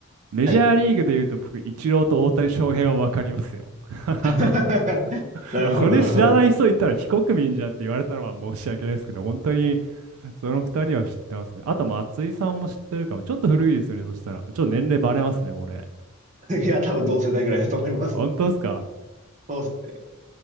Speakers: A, on the right; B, on the right.
A: メジャーリーグで言うと僕、
B: はい。
A: イチローと大谷翔平はわかりますよ。<laughs>
B: <laughs> なるほど、
A: あ、それ知らない人いたら非国民じゃんって言われたのは申し訳ないですけど、
B: なるほど。
A: 本当にその二人は知ってますね。あと、松井さんも知ってるかも。ちょっと古いですよね、そしたら。ちょっと年齢バレますね、これ。
B: いや、多分同世代ぐらいだと思います。
A: 本当ですか
B: そうですね。